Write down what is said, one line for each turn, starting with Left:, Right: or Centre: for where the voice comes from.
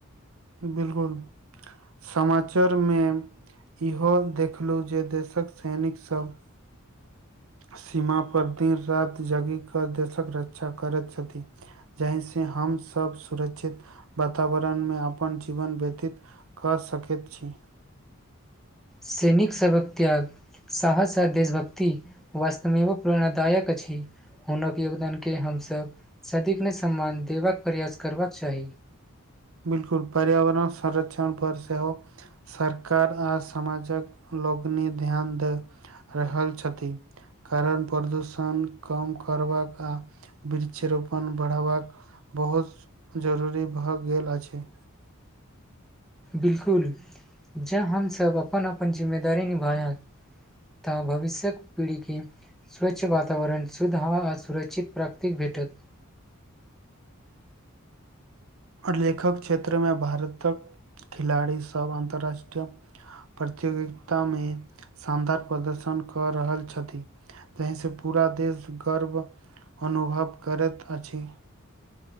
Right: बिल्कुल समाचार मे इहो देखलू जे देशक सैनिक सब सीमा पर दिन राति जगी कऽ देशक रक्षा करैत छथि जहि से हम सब सुरक्षित वातावरण मे अपन जीवन व्यतीत कऽ सकैत छी
Centre: सैनिक सभक त्याग साहस आ देशभक्ति वस्तमेव प्रेरणादायक अछि हुनक योगदानके हमसभ सदिग्न सम्मान देबाक प्रयास करबाक चाही
Right: बिल्कुल पर्यावरण संरक्षण पर सेहो सरकार आ समाजक लोकनि ध्यान दऽ रहल छथि कारण प्रदूषण कम करबाक आ वृक्षरोपण बढ़बाक बहुत जरूरी भऽ गेल अछि
Centre: बिल्कुल जँ हमसभ अपन अपन जिम्मेदारी निभाय तऽ भविष्यक पीढ़ीे स्वच्छ वातावरण शुद्ध हवा आ सुरक्षित प्राप्तिक भेटत
Right: आओर लेखक क्षेत्र मे भारतक खिलाड़ी सब अन्तरराष्ट्रीय प्रतियोगिता मे शानदार प्रदर्शन कऽ रहल छथि तहि से पूरा देश गर्व अनुभव करैत अछि